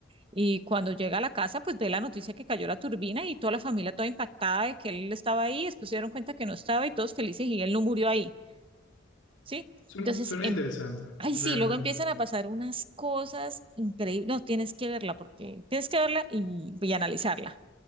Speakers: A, on the right; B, on the left.
A: Y cuando llega a la casa, pues ve la noticia que cayó la turbina y toda la familia toda impactada de que él estaba ahí, después se dieron cuenta que no estaba y todos felices y él no murió ahí, ¿sí?
B: Suena,
A: Entonces,
B: suena
A: em-
B: interesante,
A: Ay,
B: realmente.
A: sí, luego empiezan a pasar unas cosas increíbles. No, tienes que verla porque tienes que verla y, y analizarla.